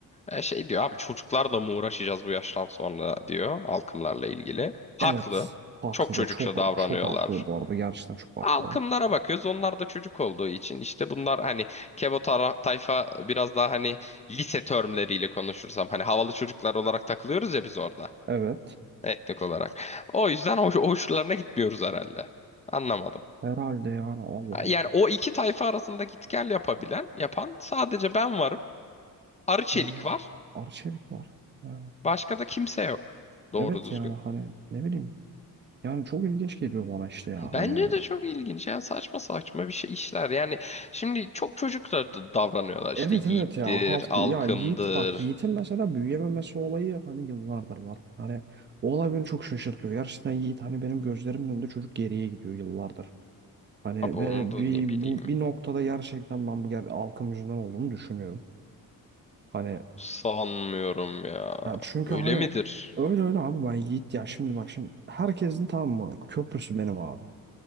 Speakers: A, on the left; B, on the right.
A: e, şey diyor abi çocuklarla mı uğraşacağız bu yaştan sonra diyor halkımlarla ilgili. Haklı.
B: Evet. Haklı.
A: Çok çocukça
B: Çok
A: davranıyorlar.
B: çok haklı bu arada. Gerçekten çok haklı.
A: Halkımlara bakıyoruz. Onlar da çocuk olduğu için işte bunlar hani Kebo tara- tayfa biraz daha hani lise termleriyle konuşursam hani havalı çocuklar olarak takılıyoruz ya biz orada
B: Evet.
A: etnik olarak. O yüzden hoş, hoşlarına gitmiyoruz herhalde. Anlamadım.
B: Herhalde yani Allah.
A: Yani o iki tayfa arasında git gel yapabilen, yapan sadece ben varım. Arı Çelik
B: Hani
A: var.
B: Arçelik var. Ha.
A: Başka da kimse yok. Doğru
B: Evet
A: düzgün.
B: yani hani ne bileyim. Yani çok ilginç geliyor bana işte ya
A: Bence
B: hani.
A: de çok ilginç. Yani saçma saçma bir şey işler. Yani şimdi çok çocuklar da d- davranıyorlar
B: Evet
A: işte yiğittir,
B: evet ya hafta
A: alkımdır.
B: ya Yiğit bak Yiğit'in mesela büyüyememesi olayı hani yıllardır var. Hani o olay beni çok şaşırtıyor. Gerçekten Yiğit hani benim gözlerimin önünde çocuk geriye gidiyor yıllardır. Hani
A: Abi onu
B: ve
A: da
B: bir
A: ne bileyim.
B: bu bir noktada gerçekten ben bu ger halkım yüzünden olduğunu düşünüyorum. Hani
A: Sanmıyorum ya.
B: ya çünkü
A: Öyle
B: hani
A: midir?
B: öyle öyle abi ben Yiğit ya şimdi bak şimdi herkesin tamam mı köprüsü benim abi.